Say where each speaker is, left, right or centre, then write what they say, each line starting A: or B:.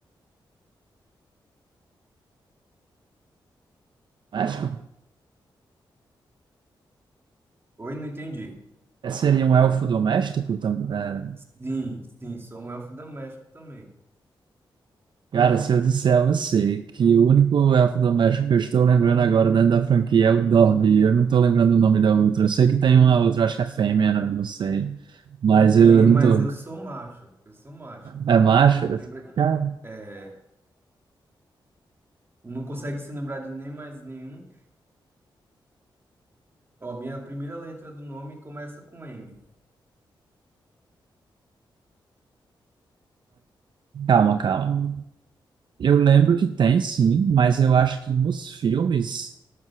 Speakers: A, on the right (about 60°); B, on the right (about 25°).
A: Acho
B: Oi, não entendi.
A: É, Seria um elfo doméstico também? É.
B: Sim, sim, sou um elfo doméstico também.
A: Cara, se eu disser a você que o único elfo doméstico que eu estou lembrando agora dentro da franquia é o Dobby, eu não estou lembrando o nome da outra. Eu sei que tem uma outra, acho que é fêmea, né? não sei. Mas
B: Tem,
A: eu não
B: mas
A: tô.
B: eu sou macho, eu sou macho.
A: É macho?
B: Lembra,
A: Cara,
B: é, não consegue se lembrar de nem mais nenhum. Ó, minha primeira letra do nome começa com M.
A: Calma, calma. Eu lembro que tem sim, mas eu acho que nos filmes,